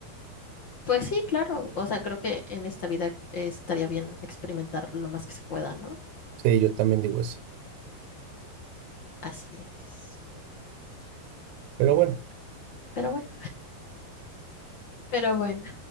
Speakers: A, on the left (about 70°); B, on the right (about 75°).
A: Pues sí, claro. O sea, creo que en esta vida eh, estaría bien experimentar lo más que se pueda, ¿no?
B: Sí, yo también digo eso.
A: Así es.
B: Pero bueno.
A: Pero bueno, pero bueno.